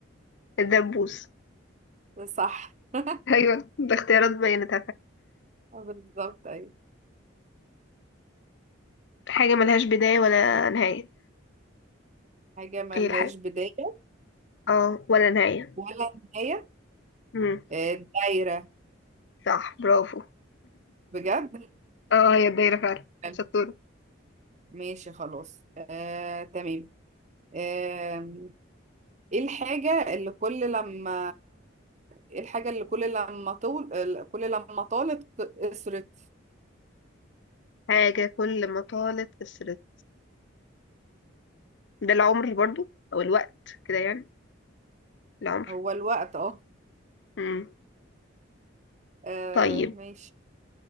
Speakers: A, on the left; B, on the right.
A: الدبوس
B: صح <laughs>
A: ايوه ده اختيارات بينت
B: بالظبط ايوه
A: حاجة ملهاش بداية ولا نهاية
B: حاجة ملهاش
A: ايه الحاجة
B: بداية
A: اه ولا نهاية
B: ولا نهاية
A: امم
B: آه، دايرة
A: صح برافو
B: بجد
A: <laughs> اه هي الدايرة فعلا
B: <laughs>
A: شطورة
B: ماشي خلاص آه، تمام آه، ايه الحاجة اللي كل لما ايه الحاجة اللي كل لما طول كل لما طالت قصرت
A: حاجة كل ما طالت قصرت ده العمر برضو او الوقت كده يعني العمر
B: هو الوقت اه
A: امم
B: آه،
A: طيب
B: ماشي